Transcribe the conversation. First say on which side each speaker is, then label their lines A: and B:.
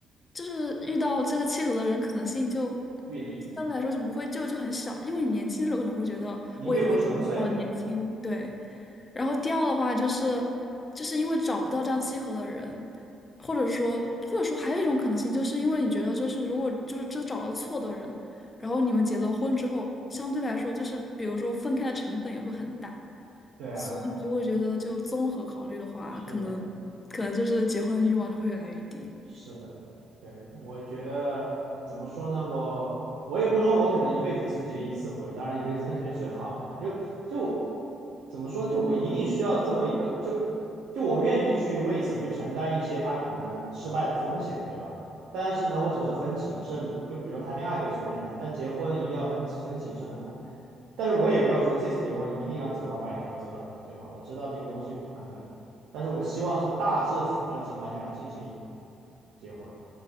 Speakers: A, on the left; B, on the right.
A: 就是遇到这个契合的人可能性就
B: 越低，
A: 相对来说就不会就就很小，因为你年轻的时候可能会觉得我也会一定遇到年轻，
B: 你越不纯粹了。
A: 对。然后第二的话就是，就是因为找不到这样契合的人，或者说或者说还有一种可能性，就是因为你觉得就是如果就是真找到错的人。然后你们结了婚之后，相对来说就是比如说分开的成本也会很大，
B: 对啊，
A: 所以你就会觉得就综合考虑的话，
B: 是的，
A: 可能可能就是结婚的欲望就会越来越低。
B: 是的，对，我觉得怎么说呢？我我也不说，我可能一辈子只结一次婚，当然一辈子那肯定是最好的嘛。就就怎么说呢？就我一定需要这么一个，就就我愿意去为此去承担一些他可能失败的风险，对吧？但是呢，我只是很谨慎，就比如说谈恋爱可以随便谈，但结婚一定要很很谨慎的谈。但是我也没有说这次结婚一定要走到白头，走到什么，对吧？我知道这个东西不可能，但是我希望是大致符合的情况下进行结婚。